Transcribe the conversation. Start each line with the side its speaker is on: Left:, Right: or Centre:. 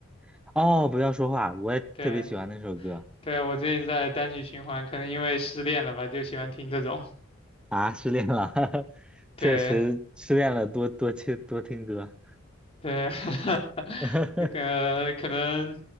Centre: <laughs> 哦，不要说话，我也特别喜欢那首歌
Left: 对，对，我最近在单曲循环，可能因为失恋了吧，就喜欢听这种。
Centre: 啊，失恋了，<laughs>
Left: 对，
Centre: 确实失恋了，多多听多听歌。
Left: 对，
Centre: <laughs>
Left: <laughs> 那个可能，